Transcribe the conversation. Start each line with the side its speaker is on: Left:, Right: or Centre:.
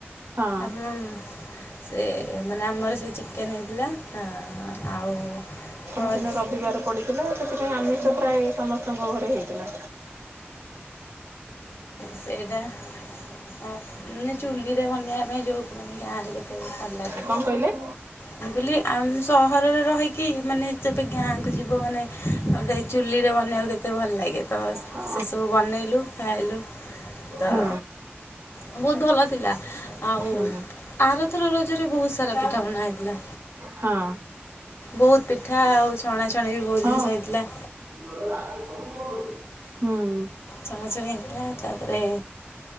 Right: ହଁ।
Left: ଆପଣ ସେ ମାନେ ଆମର ସେ ଚିକେନ ହେଇଥିଲା ଆ ଆଉ ଘର୍
Right: ସେଦିନ ରବିବାର ପଡିଥିଲା ସେଥିପାଇଁ ଆମିଷ ପ୍ରାୟ ସମସ୍ତଙ୍କ ଘରେ ହେଇଥିଲା।
Left: ସେଇଟା ଆ ମାନେ ଚୁଲିରେ ବନେଇବା ପାଇଁ ଯୋଉ ଗାଁରେ କେତେ ବେଳେ ଭଲ ଲାଗେ।
Right: କଣ କହିଲେ?
Left: ମୁଁ କହିଲି ଆମ୍ ସହରରେ ରହିକି ମାନେ ଯେବେ ଗାଁକୁ ଯିବ ମାନେ ଗୋଟେ ଚୁଲିରେ ବନେଇବାକୁ କେ ତେ ଭଲ ଲାଗେ ତ
Right: ହଁ
Left: ସେସବୁ ବନେଇଲୁ ଖାଇଲୁ ତ
Right: ହଁ
Left: ବୋହୁତ ଭଲ ଥିଲା। ଆଉ
Right: ହଁ
Left: ଆରଥର ରଜରେ ବୋହୁତ ସାରା ପିଠା ବନା ହେଇଥିଲା।
Right: ହଁ
Left: ବୋହୁତ ପିଠା ଆଉ ଛଣାଛଣି ବି ବୋହୁତ
Right: ହଁ
Left: ଜିନିଷ ହେଇଥିଲା।
Right: ହୁଁ।
Left: ଛଅ ମାସରେ ହେଇଥିଲା ତାପରେ